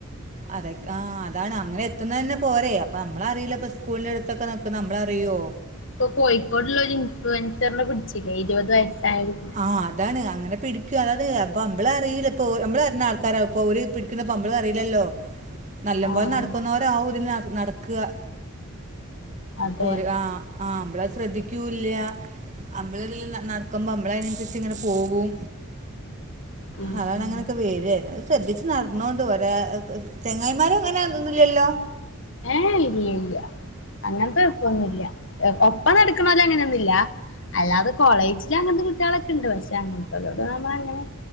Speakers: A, on the right; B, on the left.
A: അതെ ആ അതാണ് അങ്ങനെ എത്തുന്ന തെന്നെ പോരെ, അപ്പൊ നമ്മള് അറിയില്ല ഇപ്പോ സ്കൂളിന്റെ അടുത്തൊക്കെ നിക്ക്ണെ നമ്മളറിയൊ
B: ഇപ്പൊ കോഴിക്കോടുള്ള ഒരു ഇൻഫ്ലുവൻസറിനെ പിടിച്ചില്ലേ ഇരുപത് വയസ്സായൊരു.
A: ആഹ് അതാണ് അങ്ങനെ പിടിക്കും അതായത് അപ്പൊ അമ്മളറിയില്ല ഇപ്പൊ അമ്മ്ളറിയുന്ന ആൾക്കാരാവപ്പൊ ഓല് പിടിക്കാ ക്കുന്നപ്പൊ അമ്മള് അറിയില്ലല്ലോ നല്ലം
B: ആഹ്
A: പോലെ നടക്കുന്നവരാവും ഇതിന് നടക്കാ
B: അതെ
A: ഒര് ആഹ് ആഹ അമ്മളത് ശ്രദ്ധിക്ക്രൂല്ല അമ്മറ്റതില് നടക്കുമ്പോ നമ്മള അതിനനുസരിച്ച് ഇങ്ങനെ പോകും.
B: ഉം
A: അതാണ്
B: ഉം
A: അങ്ങനെയൊക്കെ വേരന്നെ ശ്രദ്ധിച്ച് നടന്നോണ്ടു ഒരാ ചെങ്ങായിമാരും അങ്ങനെ അതൊന്നുല്ലല്ലോ
B: ഏയ് ഇല്ല ഇല്ല അങ്ങനത്തെ കൊയപ്പൊന്നുല്ല ഒപ്പം നടക്കുണോല് അങ്ങനെയൊന്നുല്ല അല്ലാതെ കോളേജിൽ അങ്ങനത്തെ കുട്ടികളൊക്കെ ഉണ്ട് പക്ഷെ അങ്ങനത്തോലോട് നമ്മള് അങ്ങനെ